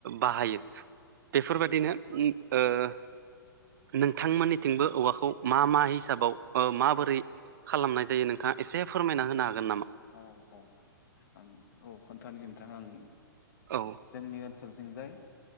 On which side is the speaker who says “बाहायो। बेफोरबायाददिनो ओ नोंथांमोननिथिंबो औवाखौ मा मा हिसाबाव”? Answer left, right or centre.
Right